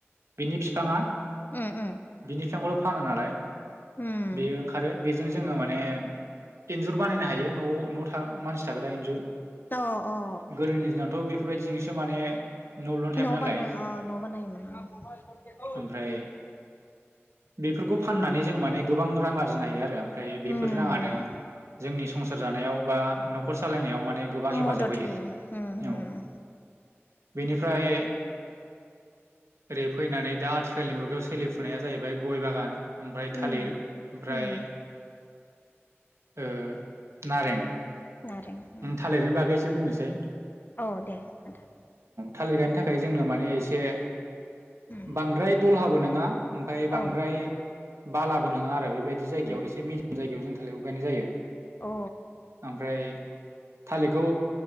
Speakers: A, on the right; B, on the left.
A: बिनि बिफाङा
B: उम उम
A: बिनि फिफांखौल' फाना नालाय
B: उम
A: बेयो ओंखारो। बेजों जोङो माने इन्जुर बानायनो हायो न'आव न मानसि थाग्रा इन्जुर।
B: अ अ।
A: गोदोनि दिनावथ' बेफोरबायदिजोंसो माने न' लुनानै थायोमोन
B: न'
A: नालाय।
B: बानाय अ न' बानायोमोन ओं
A: ओमफ्राय बेफोरखौ फाननानै जों माने गोबां रां आरजिनो हायो आरो। ओमफ्राय बेफोर
B: उम
A: राङानो जोंनि संसार जानायाव बा न'खर सालायनायाव माने गोबां हेफाजाब
B: मदद
A: होयो।
B: उम
A: औ बेनिफ्राय ओरै फैनानै दा आथिखालनि मुगायाव सोलिफुनाया जाहैबाय गय बागान ओमफ्राय
B: उम
A: थालिर ओमफ्राय
B: उम
A: ओ नारें
B: नारें उम
A: थालिरनि बागैसो बुंनोसै‌
B: औ दे खोन्था।
A: थालिर गायनो थाखाय जोंनो माने एसे
B: उम
A: बांद्राय दल हाबो नङा ओमफफ्राय बांद्राय
B: औ
A: बालाबो नङा आरो बेबायदि जायगायाव
B: उम
A: एसे मिजिम जायगायाव जों थालिरखौ गायनाय जायो।
B: अ।
A: ओमफ्राय थालिरखौ